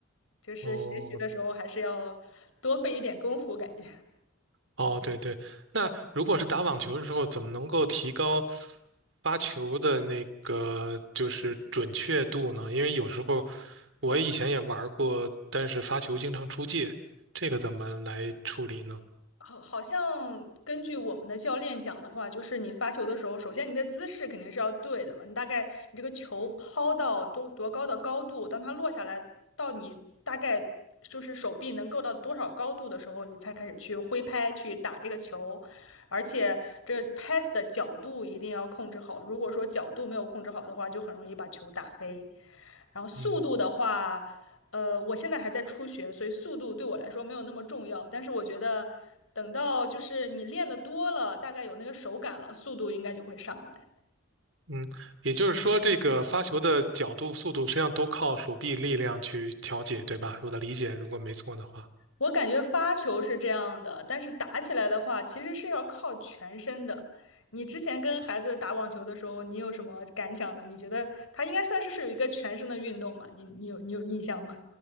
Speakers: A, on the left (about 80°); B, on the right (about 60°).
A: 就是学习的时候还是要多费一点功夫，
B: 哦
A: 感觉
B: 哦，对对，那如果是打网球的时候，怎么能够提高发球的那个就是准确度呢？因为有时候我以前也玩过，但是发球经常出界，这个怎么来处理呢？
A: <laughs> 好，好像根据我们的教练讲的话，就是你发球的时候，首先你的姿势肯定是要对的吧？你大概你这个球抛到多多高的高度，当它落下来到你大概就是手臂能够到多少高度的时候，你才开始去挥拍去打这个球，而且这拍子的角度一定要控制好，如果说角度没有控制好的话，就很容易把球打飞。然后速度的话，
B: 嗯
A: 呃，我现在还在初学，所以速度对我来说没有那么重要。但是我觉得，等到就是你练的多了，大概有那个手感了，速度应该就会上来。
B: 嗯，也就是说，这个发球的角度、速度，实际上都靠手臂力量去调节，对吧？我的理解，如果没错的话。
A: 我感觉发球是这样的，但是打起来的话，其实是要靠全身的。你之前跟孩子打网球的时候，你有什么感想呢？你觉得它应该算是是有一个全身的运动嘛？你你有你有印象吗？